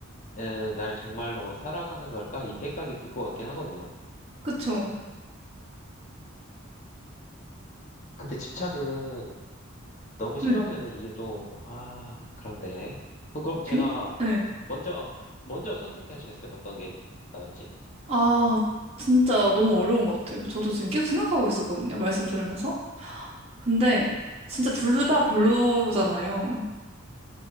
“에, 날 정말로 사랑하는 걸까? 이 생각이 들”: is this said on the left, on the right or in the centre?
Left